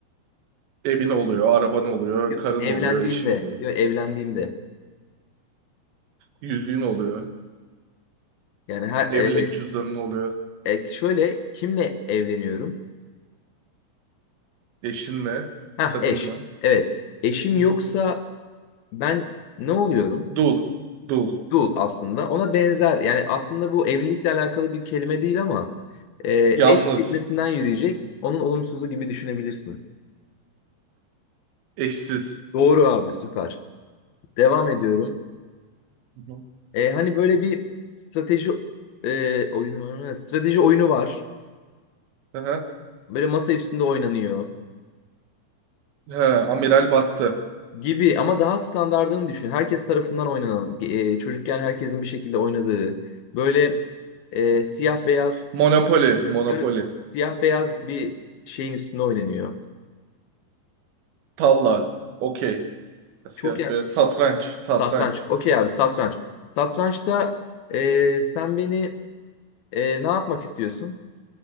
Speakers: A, on the right; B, on the left.
A: Evin oluyor, araban oluyor,
B: Yo,
A: karın
B: Evlendiğimde,
A: oluyor, eşin oluyor.
B: yo evlendiğimde.
A: Yüzüğün oluyor.
B: Yani her
A: Evlilik
B: e,
A: cüzdanın oluyor.
B: e, şöyle kimle evleniyorum?
A: Eşinle,
B: Ha
A: kadınla.
B: eş. Evet. Eşim
A: Hı
B: yoksa
A: hı.
B: ben ne oluyorum?
A: Dul, dul.
B: dul aslında. Ona benzer. Yani aslında bu evlilikle alakalı bir kelime değil ama e,
A: Yalnız,
B: eş kelimesinden yürüyecek. Onun olumsuzu gibi düşünebilirsin.
A: eşsiz.
B: Doğru abi süper. Devam ediyorum.
A: Hı hı.
B: E, hani böyle bir strateji e, oyunu, strateji oyunu var.
A: Aha.
B: Böyle masa üstünde oynanıyor
A: He, amiral battı.
B: gibi ama daha standardını düşün. Herkes tarafından oynanan, e, çocukken herkesin bir şekilde oynadığı böyle e, siyah beyaz
A: Monopoli, monopoli.
B: e, siyah beyaz bir şeyin üstünde oynanıyor.
A: Tavla, okey.
B: Çok
A: Siyah beyaz. Satranç, satranç.
B: Satranç. Okey abi satranç. Satrançta e, sen beni e, ne yapmak istiyorsun?